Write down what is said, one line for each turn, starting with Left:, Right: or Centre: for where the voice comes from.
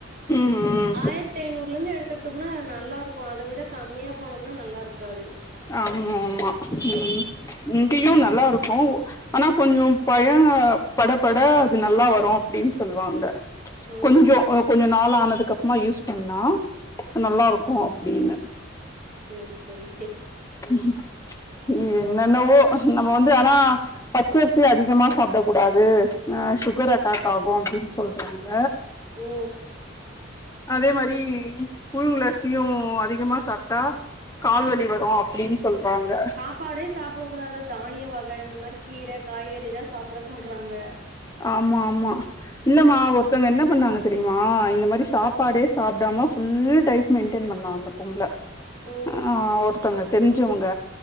Left: ம் ம்
Right: ஆயரத்தி ஐநூறுலருந்து எடுத்துகிட்ட ம்னா நல்லா இருக்கு அத விட கம்மியா போனோம்னா நல்லா இருக்காது
Left: ஆமா ஆமா ம் இங்கயு நல்லா இருக்கு ஆனா கொஞ்சோ பய பட பட அது நல்லா வரு அப்டின்னு சொல்லுவாங்க
Right: ஓ
Left: கொஞ்சோ ஒ கொஞ்ச நாள் ஆனதுக்கு அப்பமா யூஸ் பண்ணா நல்லாருக்கு அப்டின்னு
Right: சேரி சேரி
Left: ஹ ம் என்னென்னவோ நம்ம வந்து ஆனா பச்சரிசி அதிகமா சாப்ட கூடாது ஆ சுகர் அட்டாக் ஆகு அப்டின்னு சொல்றாங்க
Right: ஓ
Left: அதே மாரி புழுங்கலரிசியு அதிகமா சாப்ட்டா கால்வலி வரு அப்டினு சொல்றாங்க
Right: சாப்பாடே சாப்டக்க கூடாது தானிய வக இந்த மாரி கீர காய்கறி இதா சாப்ட சொல்றாங்க
Left: ஆமா ஆமா இல்லமா
Right: ம்.
Left: ஒருத்தவங்க என்ன பண்ணாங்க தெரிமா இந்த மாரி சாப்பாடே
Right: அ.
Left: சாப்டாம ஃபுல் டைட் மெயின்டென் பண்ணா அந்த பொம்பள
Right: ஓ!
Left: ஆ ஒரு த்தங்க தெரிஞ்சவங்க